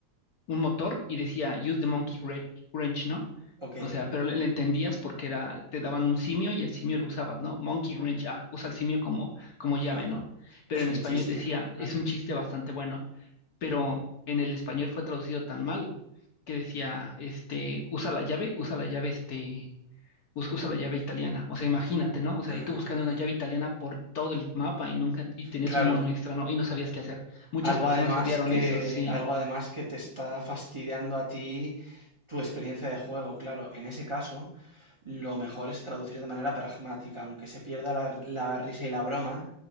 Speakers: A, on the left; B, on the right.
A: un motor y decía use the monkey wren- wrench, ¿no?
B: ok,
A: O sea, pero le, le entendías porque era, te daban un simio y el simio lo usabas, ¿no? Monkey wrench, ah, usa el simio como, como llave,
B: claro.
A: ¿no? Pero
B: Es
A: en
B: un
A: español
B: chiste,
A: decía,
B: claro.
A: es un chiste bastante bueno. pero en el español fue traducido tan mal que decía, este, usa la llave, usa la llave, este, us- usa la llave italiana. O sea, imagínate, ¿no? O sea,
B: Ah,
A: y tú buscando una llave italiana por todo el mapa y nunca, y tenías
B: claro,
A: un mono extra, ¿no? Y no sabías qué hacer. Muchas
B: algo
A: personas
B: además
A: odiaron
B: que,
A: eso, sí,
B: algo además que te está fastidiando a ti tu experiencia de juego, claro. En ese caso, lo mejor es traducir de manera pragmática, aunque se pierda la, la risa y la broma,